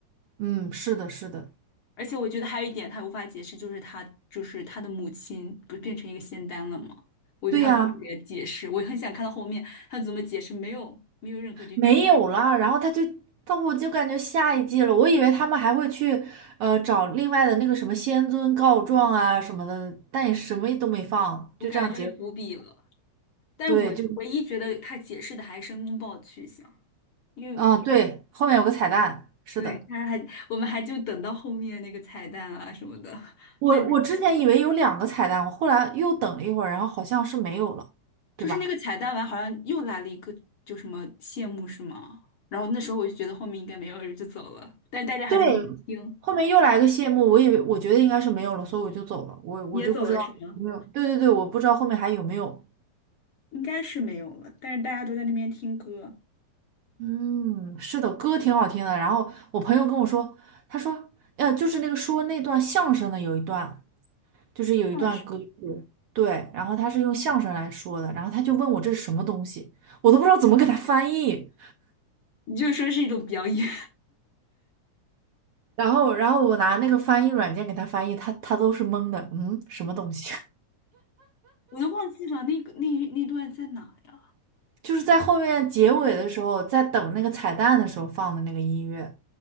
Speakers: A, on the right; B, on the left.
A: 嗯，是的，是的，
B: 而且我觉得还有一点他无法解释，就是他就是他的母亲不是变成一个仙丹了吗？我觉得他没有给他解释，
A: 对呀、
B: 我很想看到后面他怎么解释，没有没有任何这个关系，
A: 没有了，然后他就，他我就感觉下一季了，我以为他们还会去，呃，找另外的那个什么仙尊告状啊什么的，但也什么都没放，
B: 我感觉就是伏笔了。
A: 就这样结束。
B: 但是我唯一觉得他解释的还是申公豹的去向，
A: 对，就
B: 因为
A: 嗯，对，后面有个彩蛋，是的，
B: 对他还我们还就等到后面那个彩蛋啊什么的，
A: 我我之前以为有两个彩蛋，
B: 就
A: 我后来又等了一会儿，然后好像是没有了，
B: 就是那个彩蛋完好像又来了一个就什么谢幕是吗？
A: 对吧？
B: 然后那时候我就觉得后面应该没有人就走了，但是大家还在那边听。
A: 对，后面又来个谢幕，我以为我觉得应该是没有了，所以我就走了，我我就不知道有没有，
B: 你也走了是吗？
A: 对对对，我不知道后面还有没有。
B: 应该是没有了，但是大家都在那边听歌。
A: 嗯，是的，歌挺好听的。然后我朋友跟我说，他说，呃，就是那个说那段相声的有一段，就是有一段歌曲，
B: 那是，
A: 对，然后他是用相声来说的，然后他就问我这是什么东西，我都不知道怎么给他翻译。
B: 你就说是一种表演，
A: 然后，然后我拿那个翻译软件给他翻译，他他都是懵的，嗯，什么东西？
B: <laughs> 我都忘记了那个那那段在哪呀？
A: <laughs> 就是在后面结尾的时候，在等那个彩蛋的时候放的那个音乐。